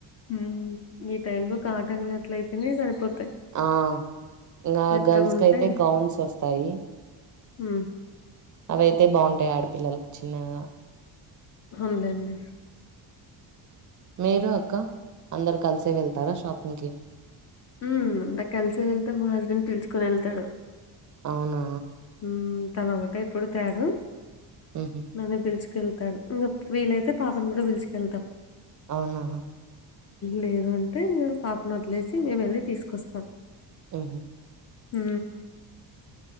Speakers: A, on the left; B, on the right.
A: మ్మ్ ఈ టైమ్ లో కాటన్ బట్టలు అయితేనే సరిపోతాయి
B: ఆ ఇంకా
A: మెత్తగా
B: గర్ల్స్ క
A: ఉంటే
B: అయితే గౌన్స్ వస్తాయి
A: మ్మ్
B: అవి అయితే అయితే బాగుంటాయి ఆడపిల్లలకి చిన్నగా
A: హంలేండి
B: మీరు అక్క అందరు కలిసే వెళ్తారా షాపింగ్కిి
A: ఉ అంతా కలిసి వెళ్తే మా హస్బెండ్ పిలుచుకుని వెళ్తాడు
B: అవునా
A: ఉం తనోకటే పుడతాడు
B: మ్హూ
A: నన్నే పిల్చ్ కెళ్తాడు ఇంకా వీలైతే పాపను కూడా పిలుచుకెళ్తాం
B: అవునా
A: లేదు అంటేే ఇంకా పాపను వదిలేసి మేము వెళ్ళి తీసుకొస్తాం
B: ఆహా
A: హ